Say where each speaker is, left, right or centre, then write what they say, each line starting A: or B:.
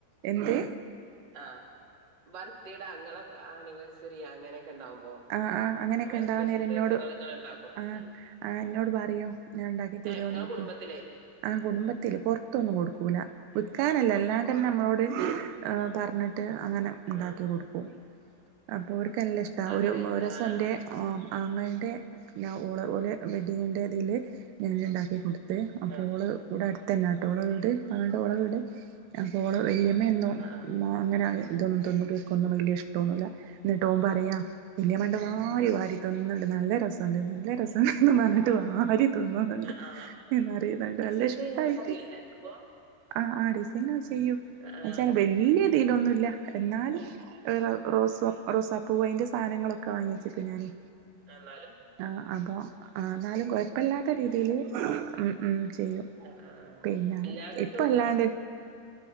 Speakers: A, on the right (about 85°); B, on the right (about 30°).
A: എന്ത്
B: ആഹ് ബർത്ത്ടെ അങ്ങളെ ആനിവേഴ്സറി അങ്ങനൊക്കെ ഉണ്ടാവുമ്പോ
A: ആഹ് ആഹ് അങ്ങനൊക്കെ
B: അങ്ങനെ
A: ഉണ്ടാവാൻ
B: സ്പെഷ്യൽ
A: നേരം എന്നോട്
B: ദിവസങ്ങൾ നിങ്ങൾ ഉണ്ടാക്കും ഉം
A: ആഹ് ആഹ് എന്നോട് പറയും ഞാൻ ഉണ്ടാക്കി തരുവോന്ന്
B: ഏ നിങ്ങളെ
A: ചോദിക്കും
B: കുടുംബത്തിലേ
A: ആഹ് കുടുംബത്തില്
B: ആ
A: പൊറത്തൊന്നും കൊടുക്കൂല വിക്കാനല്ല അല്ലാണ്ടന്നെ നമ്മളോട് ആ പറഞ്ഞിട്ട് അങ്ങനെ ഇണ്ടാക്കി
B: ആ ആ.
A: കൊടുക്കും അപ്പോ ഓർക്ക് നല്ല ഇഷ്ടവാ
B: അങ്ങനെ
A: ഒരു ദിവസം
B: ആ ആ
A: എന്റെ ആഹ് ആങ്ങളേൻ്റെ ഞാ ഓളെ ഓലെ വെഡ്ഡിംങ്ങിൻ്റെ ഇതീല് ഞാന് ഉണ്ടാക്കി കൊടു ത്തിട്ട് അപ്പൊ
B: ആ
A: ഓള് ഇവിടെ അടുത്ത് തന്നെയാ കേട്ടോ ഓളെ വീട് ആങ്ങളേന്റെ ഓൾടെ വീട് അപ്പോ ഓള് വല്ല്യമ്മ എന്നും
B: ആ
A: അങ്ങനെ ഇതൊ ഇതൊന്നും ഓൽക്കൊന്നും വല്യ ഇഷ്ടവൊന്നുവില്ല എന്നിട്ട് ഓൻ പറയാ വല്ലിമ്മ കണ്ട മാതിരി വാരി തിന്നണ്ട് നല്ല രസമുണ്ട് നല്ല രസമുണ്ടെന്ന് പറഞ്ഞിട്ട് വാരി തിന്നുന്നുണ്ട്
B: ആ ആ
A: എന്നറിഞ്ഞാണ്ട്
B: ഡിസൈൻ
A: നല്ല ഇഷ്ടാ
B: ചെയ്യാനൊക്കെ
A: ഓൽക്ക്‌
B: അറിയില്ലേ അപ്പൊ
A: ആഹ് ആഹ് ഡിസൈനൊക്ക ചെയ്യൂം
B: ആ ആ
A: എന്ന് വെച്ചാ വല്യ ഇതിലൊന്നും ഇല്ലാ എന്നാലും റോസാ
B: ആ.
A: റോസപ്പൂവ് അയിന്റെ സാധനങ്ങളൊക്കെ വാങ്ങിച്ച് വക്കും ഞാന്
B: ഏന്നാലും
A: ആഹ് അപ്പൊ ആ എന്നാലും കുയപ്പല്ലാത്ത രീതീല് ഉം ഉം ചെയ്യും
B: ആഹ്
A: പിന്നെ
B: എല്ലാരും
A: ഇപ്പ അല്ലാണ്ട്